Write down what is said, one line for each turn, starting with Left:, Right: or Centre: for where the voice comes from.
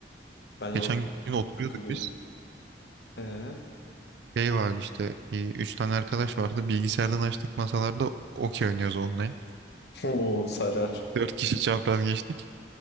Left: Ben
Right: Geçen
Left: orada
Right: gün oturuyorduk
Left: takılıyorum.
Right: biz.
Left: Ee,
Right: Şey vardı işte. e, Üç tane arkadaş vardı. Bilgisayardan açtık masalarda okey oynuyoruz online.
Left: <laughs> o sarar.
Right: Dört kişi çapraz geçtik.